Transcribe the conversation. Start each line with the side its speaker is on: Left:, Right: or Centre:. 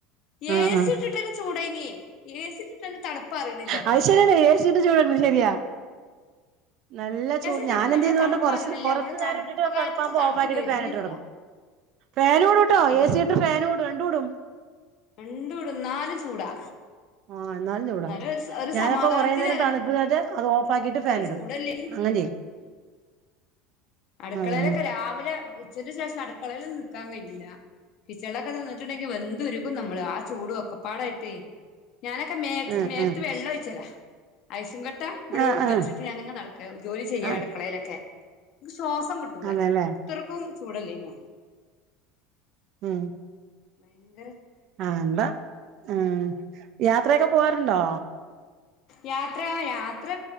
Right: ആ
Left: ഏസിട്ടിട്ടന്നെ
Right: ആ
Left: ചൂടായിന്ന് ഏസിട്ടിട്ടന്നെ തണുപ്പറിയണില്ല അത്ര
Right: അത് ശരിയാണ് എ സി ഇട്ട് ചൂടാക്കണത് ശരിയാ നല്ല ചൂട്
Left: ഇട്ടിട്ട്
Right: ഞാനെന്ത
Left: നമ്മളെ
Right: ചെയന്ന്
Left: തണുപ്പ്
Right: പറഞ്ഞഞ്
Left: അറിയണില്ല
Right: കൊറച്ചു
Left: നമ്മളെ
Right: നേരം
Left: തണുപ്പ്
Right: ഇട്ടിട്ട്
Left: കാലത്ത്ത്തെ
Right: തണപ്പാക്പോ
Left: തണുപ്പ്
Right: ഓഫാക്കിയിട്ട്
Left: വരുന്നില്ല
Right: ഫാൻ ഇട്ട് കിടക്കും ഫാനും ഇടൂട്ടോ
Left: അതാണ്
Right: എസിട്ട് ഫാനും ഇടും രണ്ടും ഇടും
Left: രണ്ടൂടും ന്നാലും ചൂടാ
Right: ആഹ നല്ലൂടാ
Left: എന്നാലും ഒരു ഒരു
Right: ഞാനപ്പ
Left: സമാധാനത്തിന്
Right: കൊറേ നേരം
Left: അറിയ
Right: തണുപ്പതായിട്ട് അത് ഓഫ ഫാക്കിട്ട് ഫാൻ
Left: എത്ര
Right: ഇടും
Left: ചൂടല്ലേ
Right: അങ്ങനെ ചെയ്യും
Left: അടുക്കളയിലൊക്കെ
Right: അതന്നെ
Left: രാവിലെ ഉച്ചന്റെ ശേഷം അടുക്കളൽ നിക്കാൻ കഴിയില്ല കിച്ചണ്ളൊക്കെ നിന്നിട്ടുണ്ടെങ്കി വെന്തുരുകും നമ്മള് ആ ചൂട് ഒക്കപ്പാടായിട്ടേ ഞാനൊക്കെ മേ
Right: ആഹ്
Left: മേത്ത്
Right: ആഹ്
Left: വെള്ളം ഒഴിച്ചലാ ഐസുങ്കട്ട ട്ടാ ഇവിടെ
Right: ആഹ് ആഹ്
Left: ബെചീറ്റ് ഞാനിങ്ങനെ നടക്ക ജോലി ചെയ്യ
Right: ആഹ്
Left: അടുക്കളയിലൊക്കെ എനിക്ക് ശ്വാസം കിട്ടൂല
Right: അതെല്ലേ
Left: ഇത്രക്കും ചൂടല്ലേനോ
Right: മ്മ്
Left: ന
Right: ആഹ എന്താ ഉ യാത്രയൊക്കെ പോവാറുണ്ടോ
Left: യാത്ര യാത്ര